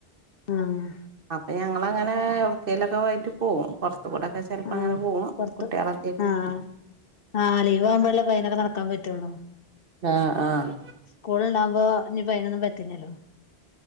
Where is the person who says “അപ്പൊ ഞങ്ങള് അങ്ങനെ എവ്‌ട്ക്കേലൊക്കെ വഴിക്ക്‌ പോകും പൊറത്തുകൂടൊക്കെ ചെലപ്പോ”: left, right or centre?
Right